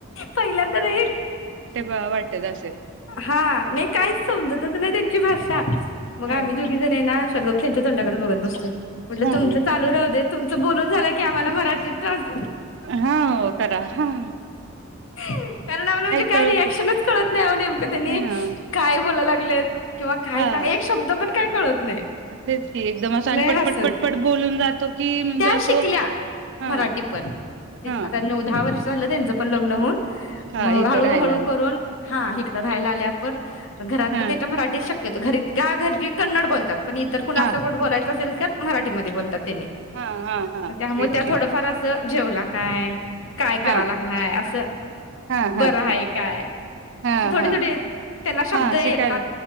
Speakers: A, on the left; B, on the right.
A: पहिल्यांदा हा नाही
B: वाटत असेल
A: हा नाही काहीच समजतच नाही त्यांची भाषा मग
B: ह
A: आम्ही दोघी जण हाय ना आता् गप त्यांच्या तोंडाकडे बघत बसतोय. म्हंटल
B: ह
A: तुमचं चालू राहू दे तुमचं बोलून झालाय की आम्हाला मराठीत ट्रान्स्लें
B: हांव करा हां
A: कारण आम्हांला म्हणजे काय
B: कळत
A: रिएक्शनच कळत नाही. अहो नेमकं त्यांनी
B: हा
A: काय बोलायला लागलेत किंवा काय
B: हा
A: सांग एक शब्द पण काय <unintelligible>
B: तेच की एकदम असं आणि
A: लय
B: पटपटपटपट
A: हास्य होते
B: बोलून जातो की म्हणजे
A: त्या
B: असं
A: शिकल्या
B: हा
A: मराठी पण
B: हा
A: आता नऊ दहा वर्ष झालं त्यांच पण लग्न होऊन
B: हा
A: मग
B: इथं
A: हळू
B: राहायला
A: हळू
B: आलं
A: करून हा इकड राहायला आल्या पण घरात
B: हा
A: पण त्याच्या मराठी शक घरी <unintelligible> घरची कन्नड बोलतात पण इतर कोणा
B: हा
A: सोबत बोलायचं असेल तर मराठीमध्ये बोलतात त्यांनी
B: हा हा हा
A: त्यामुळे
B: तेच
A: त्या
B: की
A: थोडंफार असं जेवला काय काय करा
B: हा
A: लागलाय असं
B: हा हा
A: बरं हाय
B: हा
A: काय
B: हा
A: असे थोडे
B: हा
A: थोडे त्यांना शब्द
B: हा
A: येतात
B: शिकायला